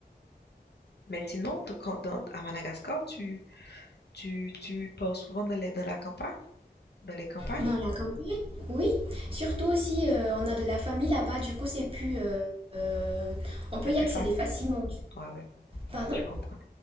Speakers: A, on the left; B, on the right.
A: Mais sinon, quand, dans- à Madagascar, tu, tu, tu pars souvent dans les, dans la campagne, dans les campagnes,
B: Dans la campagne, oui. Surtout aussi, euh, on a de la famille là-bas, du coup c'est plus... euh, euh, on peut
A: c'est plus
B: y accéder
A: facile.
B: facilement.
A: Ouais, ouais,
B: Pardon?
A: je comprends.